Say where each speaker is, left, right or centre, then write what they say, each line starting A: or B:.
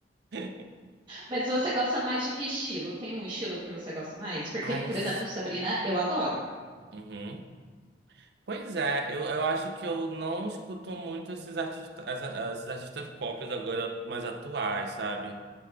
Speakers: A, on the right; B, on the right.
A: <laughs>
B: Mas você gosta mais de que estilo? Tem um estilo que você gosta mais? Porque,
A: Ai,
B: por
A: eu... s-
B: exemplo, Sabrina, eu adoro.
A: Uhum. Pois é, eu, eu acho que eu não escuto muito esses artistas, esses artistas pop agora mais atuais, sabe?